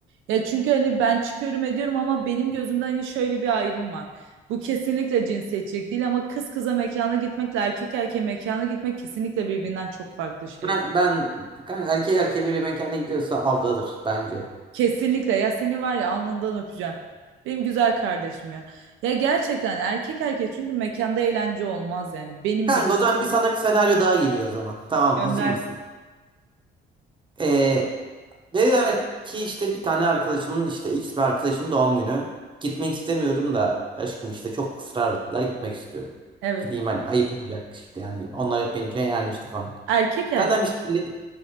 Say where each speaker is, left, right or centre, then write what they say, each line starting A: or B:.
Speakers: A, on the right (about 85°); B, on the right (about 25°).
A: Ya çünkü hani ben çıkıyorum ediyorum ama benim gözümde hani şöyle bir ayrım var. Bu kesinlikle cinsiyetçilik değil ama kız kıza mekana gitmekle erkek erkeğe mekana gitmek kesinlikle birbirinden çok farklı şeyler.
B: Ben, ben kanka erkek erkeğe bir mekana gidiyorsa avdadır bence.
A: Kesinlikle ya seni var ya alnından öpeceğim. Benim güzel kardeşim ya. Ya gerçekten erkek erkek çünkü mekanda eğlence olmaz yani. Benim
B: Kanka
A: gö
B: o zaman bir sana bir senaryo daha geliyor o zaman. Tamam
A: gönder.
B: hazır mısın? Ee, dediler ki işte bir tane arkadaşımın işte X bir arkadaşımın doğum günü. Gitmek istemiyorum da aşkım işte çok ısrar ettiler gitmek istiyorum.
A: Evet.
B: Gideyim hani ayıp olacak işte yani onlar hep benimkine gelmişti falan.
A: Erkek erkek
B: Senden bir şekilde